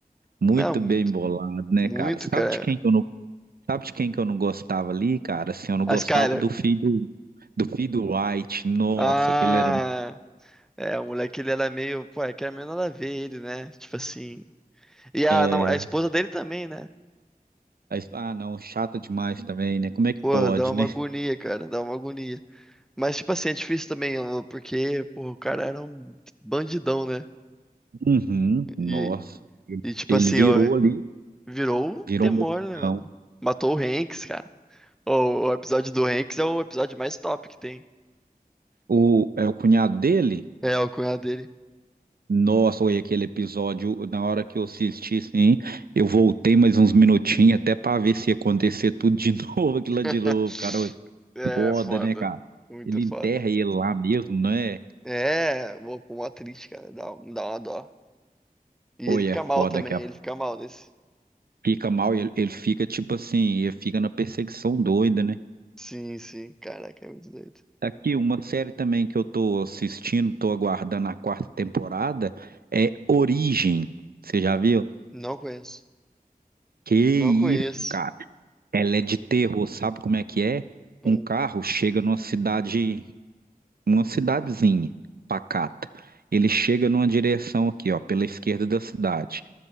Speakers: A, on the right; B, in the centre.
A: muito
B: Não, muito,
A: bem bolado, né,
B: muito,
A: cara? Sabe
B: cara.
A: de quem que eu não, sabe de quem que eu não gostava ali, cara? Assim, eu não
B: A
A: gostava
B: Skyler.
A: do filho do, do filho do White. Nossa,
B: Ah.
A: aquele era
B: É, o moleque, ele era meio, pô, é que era meio nada a ver ele, né? Tipo assim. E a,
A: é,
B: nam- a esposa dele também, né?
A: aí- ah, não, chata demais também, né? Como é que
B: Pô,
A: pode,
B: dá uma
A: né?
B: agonia, cara, dá uma agonia. Mas, tipo assim, é difícil também, ó, porque, pô, o cara era um bandidão, né?
A: Uhum, nossa.
B: E, e tipo
A: Ele
B: assim,
A: virou
B: ó,
A: ali,
B: virou o
A: virou
B: demônio,
A: um bandidão.
B: né, mano? Matou o Hanks, cara. O, o episódio do Hanks é o episódio mais top que tem.
A: O, é o cunhado dele?
B: É, o cunhado dele.
A: Nossa, olha aquele episódio, na hora que eu assisti, sim, eu voltei mais uns minutinhos até para ver se ia acontecer tudo de <laughs> novo, aquilo
B: <laughs>
A: lá de novo, cara, oi,
B: É,
A: foda,
B: foda.
A: né, cara?
B: Muito
A: Ele
B: foda.
A: enterra ele lá mesmo, né?
B: É, pô, mó triste, cara. Dá, um, dá uma dó. E
A: Oi,
B: ele fica
A: é foda,
B: mal também,
A: que a-
B: ele fica mal nesse.
A: fica mal, ele, ele fica tipo assim, ele fica na perseguição doida, né?
B: Sim, sim, caraca, é muito doido.
A: Tá Aqui, uma série também que eu tô assistindo, tô aguardando a quarta temporada, é Origem, você já viu?
B: Não conheço.
A: Que isso,
B: Não conheço.
A: cara? Ela é de terror, sabe como é que é?
B: Hum.
A: Um carro chega numa cidade, uma cidadezinha pacata. Ele chega numa direção aqui, ó, pela esquerda da cidade.